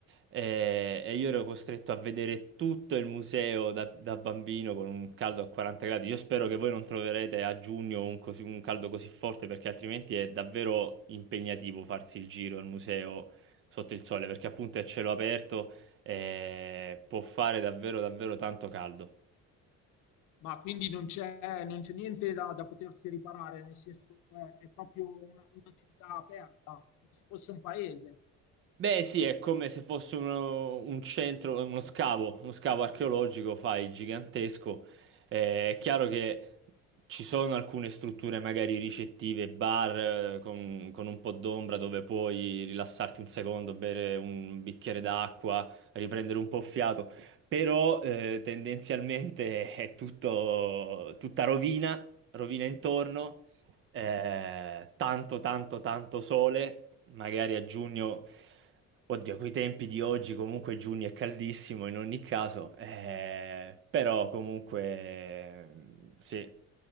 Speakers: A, on the right (about 40°); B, on the left (about 80°).
A: eh, E, io ero costretto a vedere tutto il museo da, da bambino con un caldo a 40 gradi. Io spero che voi non troverete a giugno un, così- un caldo così forte perché altrimenti è davvero impegnativo farsi il giro al museo sotto il sole perché appunto è a cielo aperto e può fare davvero davvero tanto caldo.
B: Ma quindi non c'è, non c'è niente da, da potersi riparare, nel senso è, è proprio una, una città aperta, come se fosse un paese.
A: Beh, sì, è come se fosse uno- un centro, uno scavo, uno scavo archeologico, fai, gigantesco. Eh, è chiaro che ci sono alcune strutture magari ricettive, bar eh, con, con un po' d'ombra dove puoi rilassarti un secondo, bere un bicchiere d'acqua, riprendere un po' fiato, però eh, tendenzialmente è tutto, tutta rovina, rovina intorno eh, tanto, tanto, tanto sole magari a giugno, oddio, coi tempi di oggi comunque giugno è caldissimo in ogni caso, eh, però comunque sì,